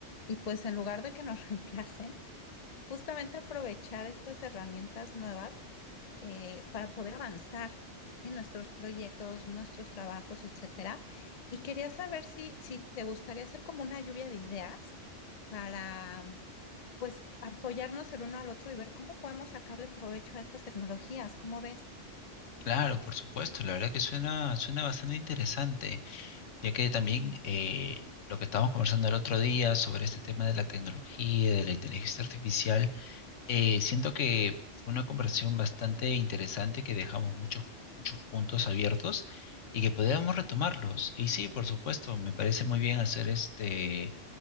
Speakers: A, on the left (about 40°); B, on the left (about 75°).
A: y pues en lugar de que nos <laughs> reemplacen, justamente aprovechar estas herramientas nuevas eh, para poder avanzar en nuestros proyectos, nuestros trabajos, etcétera. Y quería saber si, si te gustaría hacer como una lluvia de ideas para, pues, apoyarnos el uno al otro y ver cómo podemos sacarle provecho a estas tecnologías. ¿Cómo ves?
B: Claro, por supuesto, la verdad que suena, suena bastante interesante, ya que también eh, lo que estábamos conversando el otro día sobre este tema de la tecnología, de la inteligencia artificial, eh, siento que fue una conversación bastante interesante que dejamos muchos, muchos puntos abiertos y que podíamos retomarlos. Y sí, por supuesto, me parece muy bien hacer este